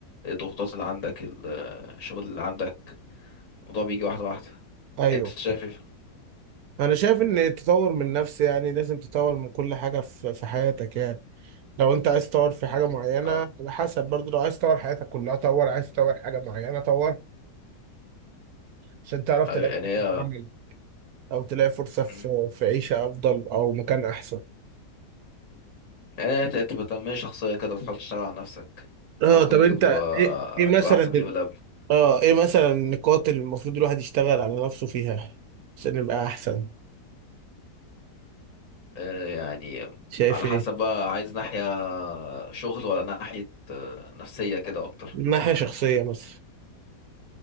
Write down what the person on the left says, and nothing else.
إيه الضغوطات اللي عندك ال- آه، الشغل اللي عندك الموضوع بيجي واحدة واحدة
أنت شايف إيه في ال-
آه
آه،
يعني
هي
مم.
يعني هي تبقى تنمية شخصية كده تحاول تشتغل على نفسك
تحاول كل
يوم تبقى
تبقى
أحسن من اليوم اللي قبله
آه، يعني
على
حسب بقى عايز ناحية شغل ولا ناحية آه، نفسية كده أكتر